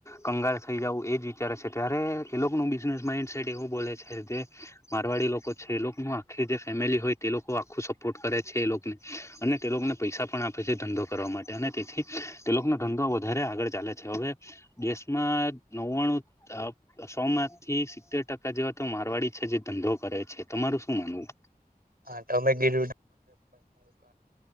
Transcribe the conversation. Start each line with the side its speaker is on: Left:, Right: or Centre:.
Left: કંગાળ થઈ જાઉં એ જ વિચારે છે ત્યારે એ લોકોનું બિઝનેસ માઈન્ડ. એવું બોલે છે જે મારવાડી લોકો છે એ લોકો ન આખી જે ફેમિલી હોય તે લોકો આખું સપોર્ટ કરે છે. છે એ લોગને અને તે લોકોને પૈસા પણ આપે છે ધંધો કરવા માટે અને તેથી તે લોકોનો ધંધો વધારે. આગળ ચાલે છે હવે દેશમાં નવ્વાણું અ સો માંથી સિત્તેર ટકા. જેવા તો મારવાડી છે જે ધંધો કરે છે તમાર શું માનવું.
Right: હા તમે ગીર.